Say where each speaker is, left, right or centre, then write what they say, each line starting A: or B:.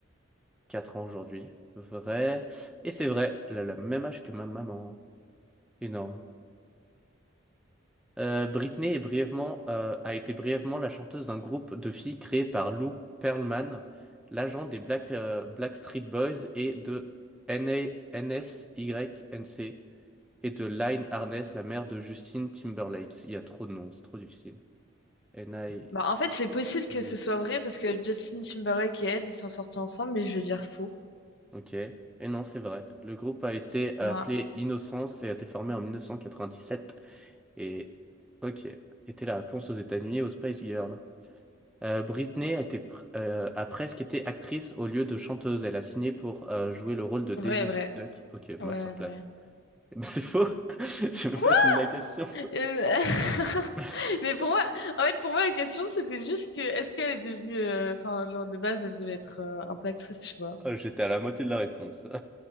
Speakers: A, in the centre; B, on the left.
A: 4 ans aujourd'hui. Vrai. Et c'est vrai, elle a le même âge que ma maman. Énorme. Euh, Britney est brièvement, euh, a été brièvement la chanteuse d'un groupe de filles créé par Lou Pearlman, l'agent des Black, euh, Black Street Boys et de N N A N S Y N C et de Lyne Arness, la mère de Justin Timberlake. Il y a trop de noms, c'est trop difficile. N N A
B: Bah, en fait, c'est possible que
A: N
B: ce
A: S.
B: soit vrai parce que Justin Timberlake et elle, ils sont sortis ensemble, mais je vais dire faux.
A: Ok. Et non, c'est vrai. Le groupe a été appelé
B: Ah,
A: Innocence et a été formé en 1997. Et ok, était la réponse aux États-Unis et aux Spice Girls. Euh, Britney a, été pr- euh, a presque été actrice au lieu de chanteuse. Elle a signé pour euh, jouer le rôle de Daisy
B: vrai, vrai.
A: Duck. Ok, masterclass.
B: Ouais, vrai.
A: <laughs> Mais c'est faux. <laughs> J'ai même
B: Quoi?
A: pas fini la question.
B: Euh, <laughs>
A: <laughs>
B: Mais pour moi, en fait, pour moi, la question, c'était juste que, est-ce qu'elle est devenue, euh, enfin, genre, de base, elle devait être euh, un peu actrice, tu vois.
A: Oh, j'étais à la moitié de la réponse.